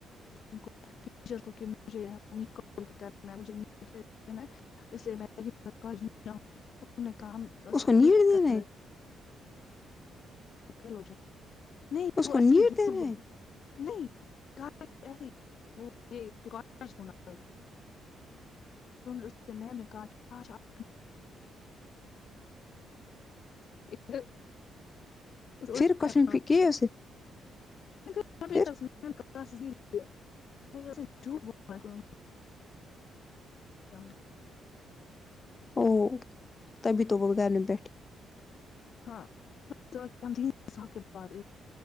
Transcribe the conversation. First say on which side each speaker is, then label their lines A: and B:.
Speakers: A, on the left (about 60°); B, on the left (about 30°).
A: <unintelligible> ٹیچر کو کہ مجھےج <unintelligible> اس لیے میں مدد پہنچاہں گی انہ نے کام اس کا
B: کو نیڈ
A: کچھ پھر
B: دینا ہے
A: فیل ہو جائے <unintelligible> نہیں
B: اس
A: وہ
B: کو
A: ایسے
B: نیٹ
A: ہی جھوٹ
B: دینا
A: بول
B: ہے
A: نہیں <inaudible> <unintelligible> اس سے میم نے کہا کہ <inaudible> <unintelligible> اس الٹا
B: پھر کشم
A: ہوا ہے۔
B: کے اسے
A: <unintelligible>
B: پھر
A: <inaudible> نہیں اسی نے جھوٹ بولا <unintelligible> <inaudible>
B: او تبھی تو وہ گھر میں بیٹھی ہے
A: ہاں ہم تین سال کے بعد